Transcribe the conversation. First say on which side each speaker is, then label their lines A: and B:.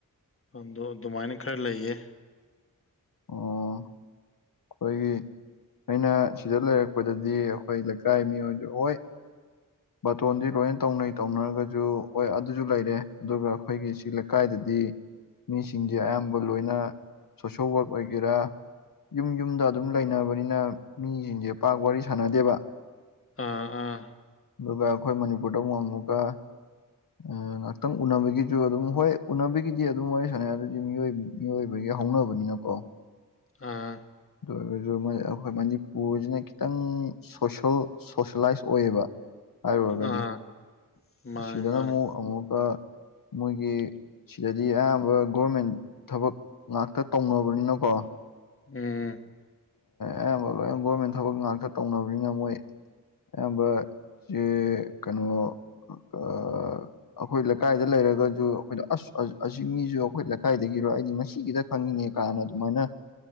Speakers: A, on the left (about 40°); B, on the left (about 75°).
A: ꯑꯗꯣ ꯑꯗꯨꯃꯥꯏꯅ ꯈꯔ ꯂꯩꯌꯦ
B: ꯑꯣ ꯑꯩꯈꯣꯏꯒꯤ ꯑꯩꯅ ꯁꯤꯗ ꯂꯩꯔꯛꯄꯗꯗꯤ ꯑꯩꯈꯣꯏ ꯂꯩꯀꯥꯏ ꯃꯤꯑꯣꯏ ꯂꯣꯏ <inaudible> ꯕꯇꯣꯟꯗꯤ ꯂꯣꯏꯅ ꯇꯧꯅꯩ ꯇꯧꯅꯔꯒꯁꯨ ꯑꯣꯏ ꯑꯗꯨꯁꯨ ꯂꯩꯔꯦ ꯑꯗꯨꯒ ꯑꯩꯈꯣꯏꯒꯤ ꯁꯤ ꯂꯩꯀꯥꯏꯗꯗꯤ ꯃꯤꯁꯤꯡꯁꯦ ꯑꯌꯥꯝꯕ ꯂꯣꯏꯅ ꯁꯣꯁꯦꯜ ꯋꯔꯛ ꯑꯣꯏꯒꯦꯔꯥ ꯌꯨꯝ ꯌꯨꯝꯗ ꯑꯗꯨꯝ ꯂꯩꯅꯕꯅꯤꯅ ꯃꯤꯁꯤꯡꯁꯦ ꯄꯥꯛ ꯋꯥꯔꯤ ꯁꯥꯟꯅꯗꯦꯕ
A: ꯑꯥ ꯑꯥ
B: ꯑꯗꯨꯒ ꯑꯩꯈꯣꯏ ꯃꯅꯤꯄꯨꯔꯗ ꯑꯃꯨꯛ ꯑꯃꯨꯛꯀ ꯎꯝ ꯉꯥꯛꯇꯪ ꯎꯅꯕꯒꯤꯁꯨ ꯑꯗꯨꯝ ꯍꯣꯏ ꯎꯅꯕꯒꯤꯗꯤ ꯑꯗꯨꯝ ꯋꯥꯔꯤ ꯁꯥꯟꯅꯩ ꯑꯗꯨꯗꯤ ꯃꯤꯑꯣꯏ ꯃꯤꯑꯣꯏꯕꯒꯤ ꯍꯧꯅꯕꯅꯤꯅꯀꯣ
A: ꯑ
B: ꯑꯗꯨ ꯑꯣꯏꯔꯁꯨ ꯑꯩꯈꯣꯏ ꯃꯅꯤꯄꯨꯔꯁꯤꯅ ꯈꯤꯇꯪ ꯁꯣꯁꯦꯜ ꯁꯣꯁꯦꯂꯥꯏꯁ ꯑꯣꯏꯌꯦꯕ ꯍꯥꯏꯔꯨꯔꯒꯗꯤ
A: ꯑꯥ ꯃꯥꯅꯦ
B: ꯑꯁꯤꯗꯅ
A: ꯃꯥꯅꯦ
B: ꯑꯃꯨꯛ ꯑꯃꯨꯛꯀ ꯃꯣꯏꯒꯤ ꯁꯤꯗꯗꯤ ꯑꯌꯥꯝꯕ ꯒꯣꯔꯃꯦꯟ ꯊꯕꯛ ꯉꯥꯛꯇ ꯇꯧꯅꯕꯅꯤꯅꯀꯣ
A: ꯎꯝ
B: ꯑꯌꯥꯝꯕ ꯂꯣꯏꯅ ꯒꯣꯔꯃꯦꯟ ꯊꯕꯛ ꯉꯥꯛꯇ ꯇꯧꯅꯕꯅꯤꯅ ꯃꯣꯏ ꯑꯌꯥꯝꯕ ꯁꯦ ꯀꯩꯅꯣ ꯑꯥ ꯑꯩꯈꯣꯏ ꯂꯩꯀꯥꯏꯗ ꯂꯩꯔꯒꯁꯨ ꯑꯩꯈꯣꯏ ꯑꯁ ꯑꯁꯤ ꯃꯤꯁꯨ ꯑꯩꯈꯣꯏ ꯂꯩꯀꯥꯏꯗꯒꯤꯔꯣ ꯑꯩꯗꯤ ꯉꯁꯤꯒꯤꯗ ꯈꯪꯅꯤꯡꯉꯦ ꯀꯥꯏꯅ ꯑꯗꯨꯃꯥꯏꯅ